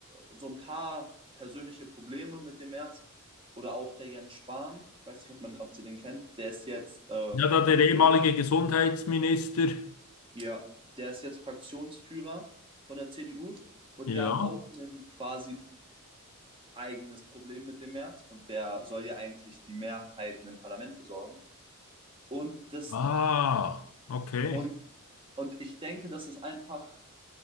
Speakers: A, on the right; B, on the left.
A: so ein paar persönliche Probleme mit dem März. Oder auch der Jens Spahn, ich weiß nicht, ob, man, ob Sie den kennen, der ist jetzt äh,
B: Ja, da der
A: Fraktion,
B: ehemalige Gesundheitsminister.
A: ja, der ist jetzt Fraktionsführer von der CDU und
B: Ja.
A: der hat auch ein quasi eigenes Problem mit dem März und der soll ja eigentlich die Mehrheiten im Parlament besorgen. Und das,
B: Ah, okay.
A: und, und ich denke, das ist einfach,